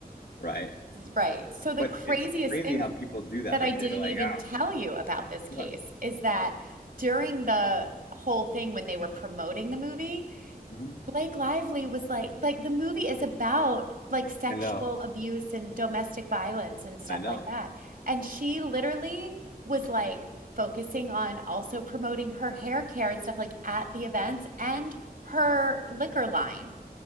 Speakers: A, on the left; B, on the right.
A: right?
B: right. So the
A: But
B: craziest
A: it's crazy
B: thing
A: how people do that.
B: that
A: Like
B: I didn't
A: they're like,
B: even
A: ah,
B: tell you about this
A: what?
B: case is that during the whole thing when they were promoting the movie,
A: Mhm.
B: Blake Lively was like like the movie is about like sexual
A: I know,
B: abuse and domestic violence and stuff
A: I know.
B: like that. And she literally was like focusing on also promoting her hair care and stuff like at the events and her liquor line.